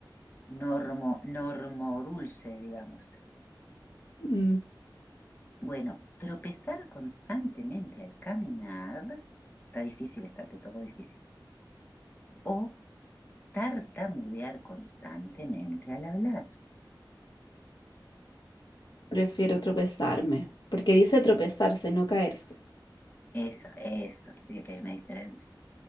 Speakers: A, on the left; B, on the left.
A: normo, normo dulce, digamos.
B: Mm,
A: Bueno, tropezar constantemente al caminar, está difícil, está, te tocó difícil. O tartamudear constantemente al hablar.
B: prefiero tropezarme, porque dice tropezarse, no caerse.
A: Eso, eso, sí que hay una diferencia.